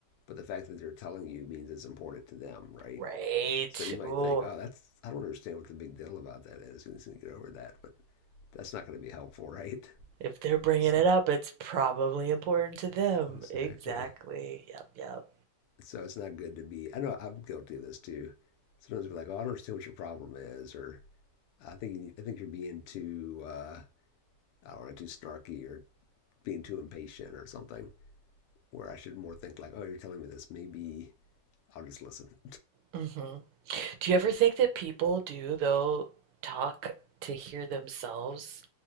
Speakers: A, on the left; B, on the right.
A: but the fact that they're telling you means it's important to them, right?
B: Right.
A: So you might
B: Ooh,
A: think, oh, that's I don't understand what the big deal about that is. You just need to get over that, but that's not going to be helpful, right?
B: if they're bringing
A: So
B: it up, it's probably important to them.
A: exactly.
B: Exactly. Yep, yep.
A: So it's not good to be. I know I'm guilty of this too. Sometimes I'll be like, oh, I don't understand what your problem is, or I think you I think you're being too uh, I don't know too snarky or being too impatient or something. Where I should more think like, oh, you're telling me this maybe I'll just listen.
B: hmm Do you ever think that people do, though, talk to hear themselves,